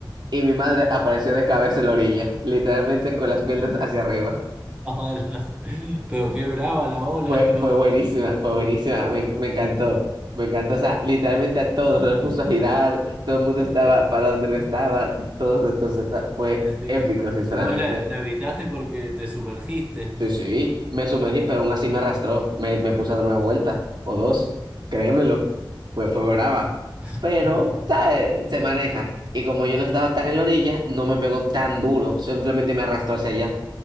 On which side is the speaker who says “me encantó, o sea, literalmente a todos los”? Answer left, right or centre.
Right